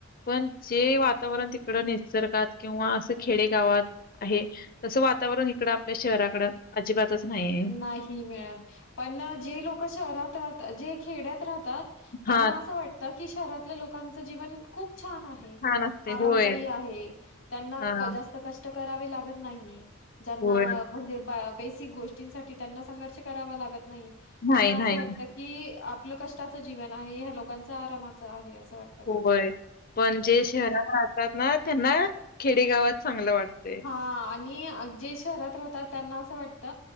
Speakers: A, on the left (about 45°); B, on the left (about 65°).
A: पण जे वातावरण तिकड निसर्गात किंवा असं खेडे गावात आहे तसं वा वातावरण इकडं आपल्या शहराकडं अजिबातच नाहीये.
B: ना ही मिळत पण जे लोक शहरात राहता जे खेड्यात राहत तात त्यांना
A: हा
B: अस वातट की शहरातल्या लोकांच जीवन खूप छान आहे
A: छान असते
B: आरामदायी
A: होय
B: आहे त्यांना
A: हा.
B: क जास्त कष्ट करावे लागत नाही. ज्यांना
A: होय
B: म्हणजे बेसिक गोष्टींसाठी त्यांना संघर्ष करावा लागत नाही त्यांना
A: नाही नाही
B: असं वाटत की आपलं कष्टाचं जीवन आहे ह्या लोकांच आरामाचं आहे अस वाटतं
A: होय.
B: त्यांना.
A: पण जे शहरात राहतात ना त्यांना खेडेगावात चांगलं वाटतय.
B: हां आणि जे शहरात राहतात त्यांना असं वाटत